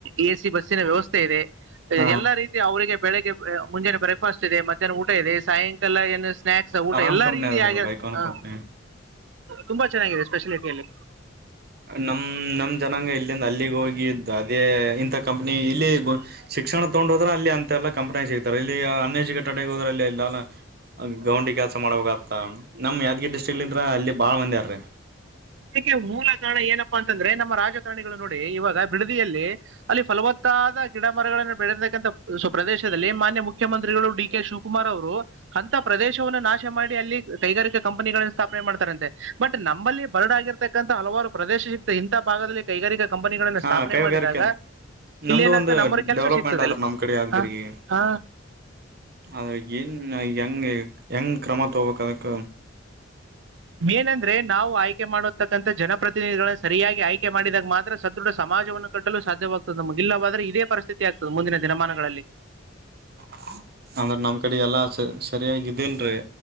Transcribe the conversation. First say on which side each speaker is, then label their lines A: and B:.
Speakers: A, on the right; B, on the right.
A: ಎ ಸಿ ಬಸ್ಸಿನ ವ್ಯವಸ್ಥೆ ಇದೆ
B: ಹ
A: ಎಲ್ಲಾ ರೀತಿ ಅವರಿಗೆ ಬೆಳಿಗ್ಗೆ ಮುಂಜಾನೆ ಬ್ರೇಕ್ಫಾಸ್ಟ್ ಇದೆ ಮಧ್ಯಾಹ್ನ ಊಟ ಇದೆ ಸಾಯಂಕಾಲ ಏನು ಸ್ನಾಯಕ್ಸ್ ಊಟ
B: ಆರಾಮ್
A: ಎಲ್ಲಾ
B: ಕಂಪ್ನಿ
A: ರೀತಿ
B: ಅದ್ರೆ
A: ಆ
B: ಬೈಕಾನ್
A: ಹ
B: ಕಂಪ್ನಿ
A: ತುಂಬಾ ಚೆನ್ನಾಗಿದೆ ಸ್ಪೆಷಾಲಟಿಯಲ್ಲಿ
B: ನಮ್ಮ ನಮ್ಮ ಜನಾಂಗ ಇಲ್ಲಿಂದ ಅಲ್ಲಿಗ್ ಹೋಗಿದ ಅದೇ ಕಂಪನಿ ಇಲ್ಲಿ ಶಿಕ್ಷಣ ತೆಕೊಂಡುಹೋದ್ರ ಅಂತ ಎಲ್ಲ ಕಂಪನಿ ಸಿಗ್ತಾರೆ ಇಲ್ಲಿ ಅನ್ ಎಜುಕೇಟೆಡ್ ಆಗ ಹೋದ್ರ ಅಲ್ಲಿ ಡ್ಲಾ ಗೌಂಡಿ ಕೆಲ್ಸ ಮಾಡಬೇಕಕ್ ಆತ ನಮ್ ಯಾದ್ಗಿರಿ ಡಿಸ್ಟ್ರಿಕ್ಲಿಂದ್ರ ಅಲ್ಲಿ ಬಾಳ ಮಂದಿ ರೀ
A: ಇದಕ್ಕೆ ಮೂಲ ಕಾರಣ ಏನಪ್ಪಾ ಅಂತಂದ್ರೆ ನಮ್ಮ ರಾಜಕಾರಣಿಗಳು ನೋಡಿ ಇವಾಗ ಬಿಡದಿಯಲ್ಲಿ ಅಲ್ಲಿ ಫಲವತ್ತಾದ ಗಿಡ ಮರಗಳನ್ನು ಬೆಳಿರ್ತಕ್ಕಂಥ ಪ್ರದೇಶದಲ್ಲಿ ಮಾನ್ಯ ಮುಖ್ಯಮಂತ್ರಿ ಡಿ ಕೆ ಶಿವಕುಮಾರ್ ಅವರು ಅಂತ ಪ್ರದೇಶವನ್ನು ನಾಶ ಮಾಡಿ ಅಲ್ಲಿ ಕೈಗಾರಿಕಾ ಕಂಪನಿಗಳನ್ನು ಸ್ಥಾಪನೆ ಮಾಡ್ತಾರೆ ಅಂತೆ ಬಟ್ ನಮ್ಮಲ್ಲಿ ಬರಡ ಆಗಿರ್ತಕ್ಕಂತಥ ಹಲವಾರು ಪ್ರದೇಶ ಸಿಗ್ತ ಇಂಥ ಭಾಗದಲ್ಲಿ ಕೈಗಾರಿಕಾ ಕಂಪನಿಗಳನ್ನ
B: ಹಾ
A: ಸ್ಥಾಪನೆ
B: ಕೈಗಾರಿಕೆ
A: ಮಾಡಿದಾಗ
B: ನಮ್ದು
A: ಇಲ್ಲಿ ಏನಾಗ್ತದೆ
B: ಒಂದು
A: ನಮ್ಮ್ರ ಕೆಲ್ಸ
B: ಡೆವಲಪ್ಮೆಂಟ್
A: ಸಿಗ್ತದೆಲ್ಲಿ
B: ಆದ್ರ ನಮ್ ಕಡೆ ಯಾದಗಿರಿಗೆ
A: ಹ ಹ
B: ಅದ ಏನ್ ಹೆಂಗ ಹೆಂಗ್ ಕ್ರಮ ತಗಬೇಕಕ್ ಅದಕ್ಕ
A: ಮೇನ್ ಅಂದ್ರೆ ನಾವು ಆಯ್ ಮಾಡತಕ್ಕಂತ ಜನಪ್ರತಿನಿಧಿಗಳನ್ನು ಸರಿಯಾಗಿ ಆಯ್ಕೆ ಮಾಡಿದಾಗ ಮಾತ್ರ ಸದೃಢ ಸಮಾಜವನ್ನು ಕಟ್ಟಲು ಸಾಧ್ಯವಾಗ ನಮ್ಗೆ ಇಲ್ಲಾದ್ರೆ ಇದೇ ಪರಿಸ್ಥಿತಿ ಆಗ್ತದೆ ಮುಂದಿನ ದಿನಮಾನಗಳಲ್ಲಿ
B: <inaudible> ಅಂದ್ರ ನಮ್ ಕಡೆ ಎಲ್ಲಾ ಸ ಸರಿಯಾಗಿದಿಲ್ರರಿ